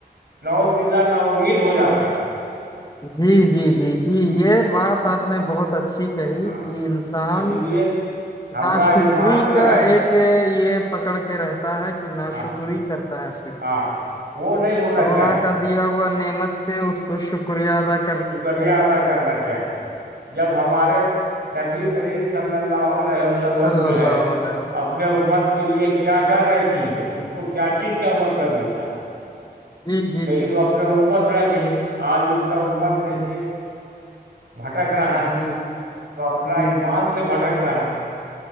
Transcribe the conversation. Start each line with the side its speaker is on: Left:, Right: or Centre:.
Right: نوز بلہ نامید ہو جاتا ہے
Left: جی جی جی جی
Right: ہاں
Left: یہ بات آپ نے بہت اچھی کہی
Right: ہاں
Left: کہ انسان
Right: اس لیے ہمارا
Left: نا شکری
Right: ایمان جو
Left: کا
Right: ہے
Left: ایک یہ پکڑ کے رہتا ہے کہ نا
Right: ہاں
Left: شکر ہی کرتا ہے صرف
Right: ہاں وہ نہیں ہونا
Left: اللہ
Right: چاہیے
Left: کا دیا ہوا نعمت سے اس کو شکریہ ادا کیا
Right: تو کر یہ ادا کرنا چاہے جب ہمارے نبی کریم صلی اللہ علیہ وسلم
Left: صل
Right: جو
Left: اللہ
Right: ہے
Left: اللہ
Right: اپنے امت کے لیے کیا ک ن ہے کہ ان کو کیا چیز کا مطلب ہی تھا
Left: جی جی
Right: لیکن
Left: جی
Right: وہ اپنے عمر پہ کہن آج ان کا عمر دیکھیے بھٹک رہا
Left: جی
Right: ہے تو
Left: جی
Right: اپنا
Left: جی
Right: ایمان
Left: جی
Right: سے بھٹک رہا ہے